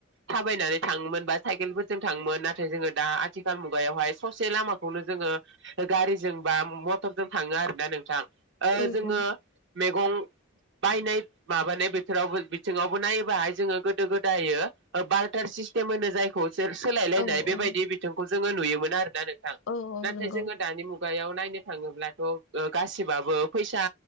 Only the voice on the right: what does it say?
थाबायनानै थाङोमोन बा साइकेलफोरजों थाङोमोन नाथाय जोङो दा आथिखाल मुगायावहाय ससे लामा खौनो जोङो गारिजों बा मटरजों थाङो आरोना नोंथां
जोङो
<inaudible> बायनाय माबानाय बोथोरावबो बिथिङावबो नायोबाहाय जोङो गोदो गोदाय बाल्टार सिस तेम बुङो जायखौ बि सोलायलायनाय
बेबायदि बिथिंखौ जोङो नुयोमोन आरोना नोंथां
नाथाय
जोङो दानि मुगा खुगायाव नायनो थाङोब्लाथ' गासिबाबो फैसा